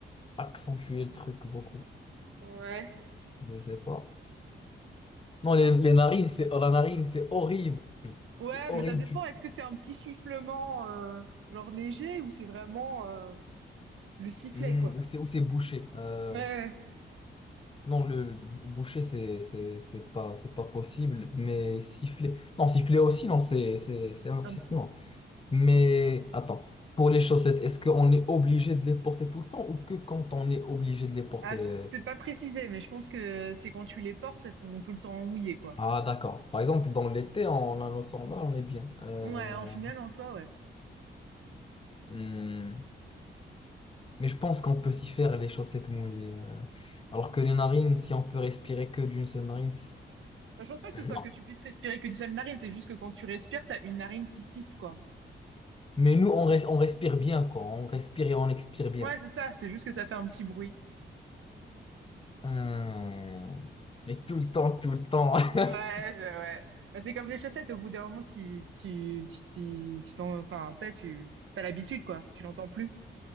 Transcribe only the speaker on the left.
accentuer le truc beaucoup.
Je sais pas. Non, les, les narines, c'est... oh, La narine, c'est horrible.
C'est horrible.
Hmm,
ou c'est ou c'est bouché. Euh,
non, le, le bouché, c'est c'est c'est pas c'est pas possible. Mais siffler, non, siffler aussi, non, c'est c'est c'est un-
c'est-
non. Mais attends, pour les chaussettes, est-ce qu'on est obligé de les porter tout le temps ou que quand on est obligé de les porter?
euh
Ah, d'accord. Par exemple, dans l'été, on a nos sandales, on est bien. Euh,
hmm, Mais je pense qu'on peut s'y faire les chaussettes mouillées. euh. Alors que les narines, si on peut respirer que d'une seule narine, c'est-
non.
Mais nous, on, res- on respire bien, quoi. On respire et on expire bien.
Hum, Mais tout le temps, tout le temps. <laughs>